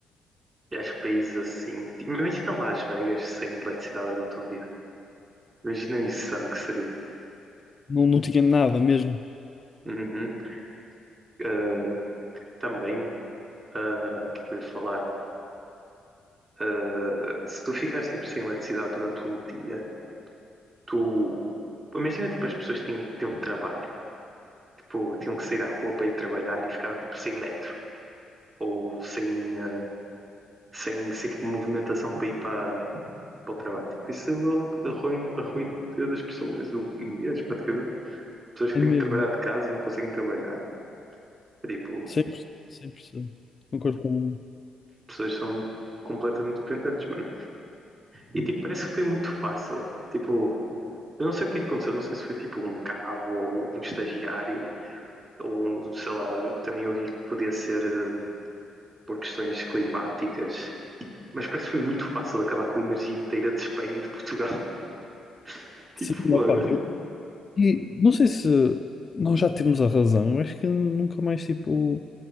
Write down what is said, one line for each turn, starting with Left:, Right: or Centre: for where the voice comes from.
Right: e acho que países assim, tipo, imagina Las Vegas sem eletricidade durante um dia, imagina o insano que seria.
Left: não, não tinha nada mesmo.
Right: Uhum. Uh, também, uh, o que é que eu ia falar? Uh, se tu ficares tipo sem eletricidade durante um dia, tu imagina tipo as pessoas têm, têm um trabalho, tipo, tinham que sair à rua para ir trabalhar e ficaram tipo sem metro ou sem, ah, sem, sem tipo, movimentação para ir para, para o trabalho. Tipo, isso arruina, arruina o dia das pessoas, o o mês praticamente. Pessoas que
Left: É
Right: têm
Left: mesmo.
Right: que trabalhar de casa não conseguem trabalhar. É, Tipo,
Left: 100%, 100%. Concordo com o
Right: pessoas que são completamente dependentes, mano. E tipo, parece que foi muito fácil. Tipo, eu não sei o que é que aconteceu, não sei se foi tipo um cabo ou um estagiário ou um, sei lá, também ouvi que podia ser eh, por questões climáticas. Mas parece que foi muito fácil acabar com a energia inteira de Espanha e de Portugal. <laughs> Tipo,
Left: Sim, opá,
Right: logo.
Left: eu, e não sei se nós já temos a razão. Eu acho que nunca mais, tipo,